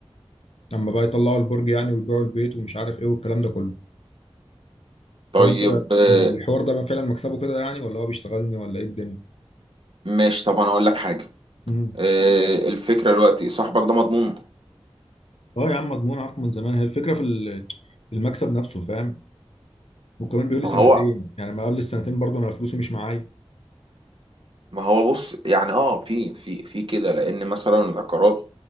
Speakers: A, on the left; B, on the right.
A: اما بقى يطلعوا البرج يعني ويبيعوا البيت ومش عارف ايه والكلام ده كله
B: طيب
A: فانت
B: آه،
A: الحوار ده فعلا مكسبه كده يعني ولا هو بيشتغلني ولا ايه الدنيا
B: ماشي طب انا اقول لك حاجة
A: امم
B: آه، الفكرة دلوقتي صاحبك ده مضمون
A: اه يا عم مضمون عارفه من زمان هي الفكره في ال- المكسب نفسه فاهم وكمان بيقول
B: ما
A: لي سنتين
B: هو
A: يعني ما قبل السنتين برضه انا فلوسي مش معايا
B: ما هو بص يعني اه في في في كده لان مثلا العقارات